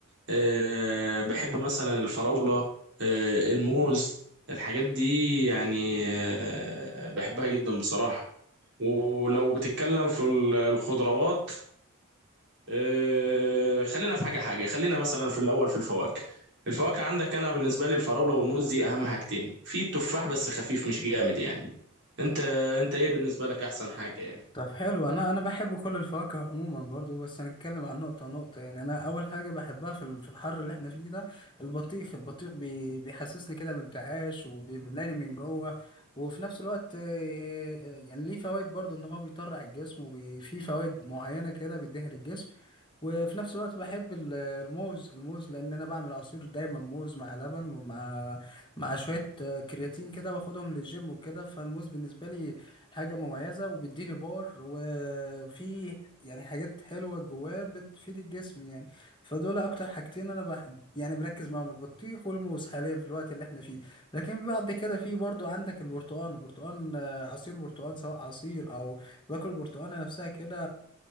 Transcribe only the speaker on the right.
آه، بحب مثلا الفراولة آه، الموز الحاجات دي يعني آه، بحبها جدا بصراحة ولو بتتكلم في ال- الخضروات أه خلينا في حاجة حاجة خلينا مثلا في الأول في الفواكه الفواكه عندك أنا بالنسبة لي الفراولة والموز دي أهم حاجتين في التفاح بس خفيف مش جامد يعني أنت أنت إيه بالنسبة لك أحسن حاجة يعني